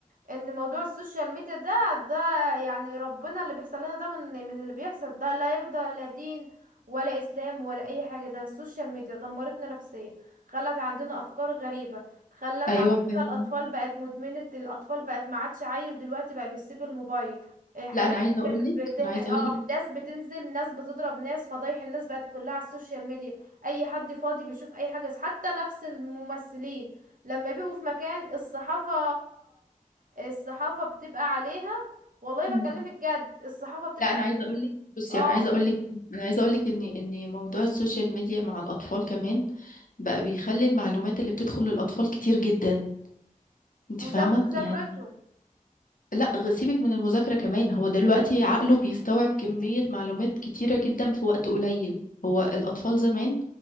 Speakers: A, on the right (about 75°); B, on the left (about 75°).
A: ان موضوع السوشيال ميديا ده ده يعني ربنا اللي بيحصل لنا ده من من اللي بيحصل ده لا يرضى لا دين ولا اسلام ولا اي حاجه ده السوشيال ميديا دمرتنا نفسيا خلت عندنا افكار غريبه خلت
B: ايوه
A: عندنا
B: فاهم
A: الاطفال بقت مدمنه الاطفال بقت ما عادش عيل دلوقتي بقى بيسيب الموبايل إيه، حاجات
B: لا انا
A: بتح...
B: عايزه اقول لك
A: بتح...
B: انا عايزه
A: اه
B: اقول لك
A: احداث بتنزل ناس بتضرب ناس فضايح الناس بقت كلها على السوشيال ميديا اي حد فاضي بيشوف اي حاجة حتى نفس الممثلين لما بيبقوا في مكان الصحافة الصحافة بتبقى عليها والله
B: مم.
A: بكلمك جد الصحافة بتبقى
B: لا انا عايزه اقول لك بصي
A: اه
B: انا عايزه اقول لك انا عايزه اقول لك ان ان موضوع السوشيال ميديا مع الاطفال كمان بقى بيخلي المعلومات اللي بتدخل للاطفال كتير جدا انت
A: وسابوا
B: فاهمه
A: مذاكرتهم
B: يعني لا غ- سيبك من المذاكرة كمان هو دلوقتي عقله بيستوعب كمية معلومات كتيرة جدا في وقت قليل هو الأطفال زمان